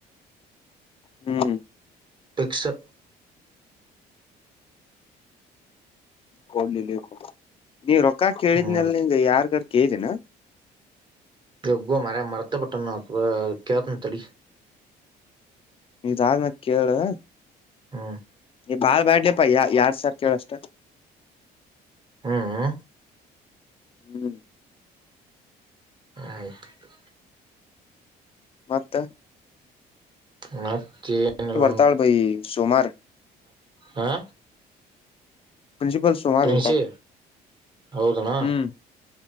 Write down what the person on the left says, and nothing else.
ಹ್ಮ್
<unintelligible> ನೀವ ರೊಕ್ಕ ಕೇಳಿದನೆಲ್ಲಂಗ
ಯಾರ್ಗಾರ್ ಕೇಳ್ದೇನ
ಇದಾದ್ ಮ್ಯಾಲ ಕೇಳು
ನೀ ಬಾಳ್ ಬ್ಯಾಡ್ಲಿಪ್ಪ ಯ ಮಾಡ ಸಾವಿರ್ ಕೇಳಷ್ಟ
ಹ್ಮ್
ಮತ್ತ
ಹಳ ಭೈ ಸೋಮಾರ
ಪ್ರಿನ್ಸಿಪಲ್ ಸೋಮಾರ್
ಬರ್ತಾಳ
ಹ್ಮ್